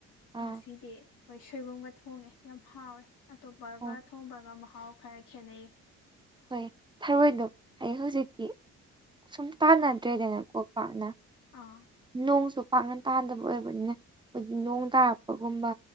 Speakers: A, on the right (about 15°); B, on the left (about 80°).
A: ꯑꯥ
B: ꯉꯁꯤꯗꯤ ꯈꯣꯏ ꯁꯣꯏꯕꯨꯝꯒ ꯊꯣꯡꯉꯦ ꯌꯥꯝ ꯍꯥꯎꯋꯦ ꯑꯇꯣꯞꯄꯒ
A: ꯑꯣ
B: ꯊꯣꯡꯕꯒ ꯃꯍꯥꯎ ꯍꯥꯎ ꯈꯔ ꯈꯦꯟꯅꯩ
A: ꯍꯣꯏ ꯊꯔꯣꯏꯗꯣ ꯑꯩ ꯍꯧꯖꯤꯛꯇꯤ ꯁꯨꯝ ꯇꯥꯅꯗ꯭ꯔꯦꯗꯅ ꯀꯣ ꯄꯥꯛꯅ
B: ꯑꯥ
A: ꯅꯣꯡꯁꯨ ꯄꯥꯛꯅ ꯇꯥꯗꯕ ꯑꯣꯏꯕꯅꯤꯅ ꯑꯩꯈꯣꯏꯗꯤ ꯅꯣꯡ ꯇꯥꯔꯛꯄꯒꯨꯝꯕ